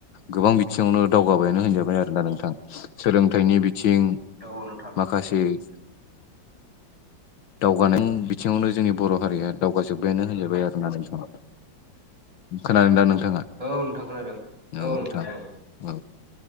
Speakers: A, on the left; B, on the right.
A: गोबां बिथिङावनो दावगाबायानो होनजाबाय आरोना नोंथां। सोलोंथाइनि बिथिं
B: औ नोंथां
A: माखासे <inaudible> दावगानाय बिथिङावनो जोंनि बर' हारिया दाव गाजोब्बायानो होनजाबाय आरो ना नोंथाङा खोनादों दा नोंथाङा?
B: औ नोंथां खोनादों
A: औ नोंथां
B: औ
A: औ